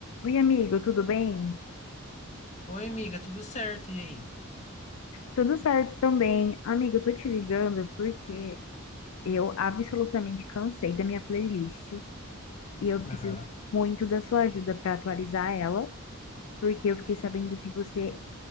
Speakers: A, on the left; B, on the left.
A: Oi, amigo, tudo bem?
B: Oi, amiga, tudo certo? E aí?
A: Tudo certo também. Amigo, eu tô te ligando porque eu absolutamente cansei da minha playlist e eu preciso
B: Aham.
A: muito da sua ajuda pra atualizar ela, porque eu fiquei sabendo que você